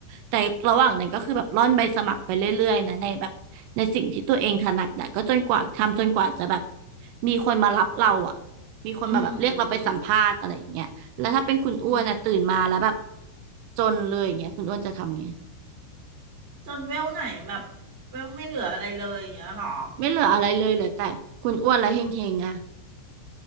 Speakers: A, on the right; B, on the right.
A: แต่ระหว่างนั้นก็คือแบบร่อนใบสมัครไปเรื่อยๆนะในแบบ ในสิ่งที่ตัวเองถนัดอะก็จนกว่าทำจนกว่าจะแบบมีคนมารับเราอะมีคนมาแบบเรียกเราไปสัมภาษณ์อะไรอย่างเงี้ยแล้วถ้าเป็นคุณอ้วนอะตื่นมาแล้วแบบ
B: อืมอืมอืม
A: จนเลยอย่างเงี้ยคุณอ้วนจะทำไง
B: จนเวลไหนแบบเวลไม่เหลืออะไรเลยอย่างเงี้ยเหรอ
A: ไม่เหลืออะไรเลยเหลือแต่คุณอ้วนและเฮงเฮงอะ